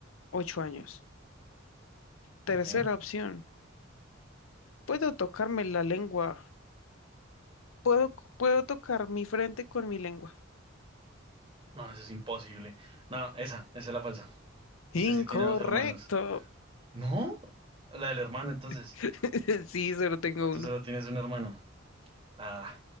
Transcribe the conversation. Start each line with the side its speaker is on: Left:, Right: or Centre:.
Left: ocho años. Tercera
Right: ok.
Left: opción. Puedo tocarme la lengua Puedo, puedo tocar mi frente con mi lengua.
Right: No, eso es imposible. No, esa, esa es la falsa. Usted
Left: Incorrecto.
Right: sí tiene dos hermanos. ¿No? La del hermano, entonces.
Left: <laughs> Sí, solo tengo
Right: Tú
Left: uno.
Right: solo tienes un hermano. Ah,